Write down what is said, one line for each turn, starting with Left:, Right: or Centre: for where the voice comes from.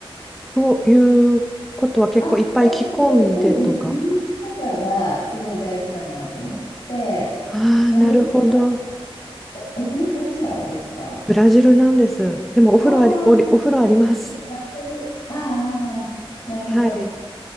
Centre: ということは結構いっぱい着込んでとか。
Left: あ、だ、なんで、やっぱりね、入浴とかがすごい大事かなと思って、
Centre: ああ、
Left: あれですか、
Centre: なるほど。
Left: お、お国どちらですか
Centre: ブラジルなんです。でもお風呂あり、
Left: ああー、
Centre: おり、お風呂あります。
Left: やっぱりああ、なるほど。
Centre: はい。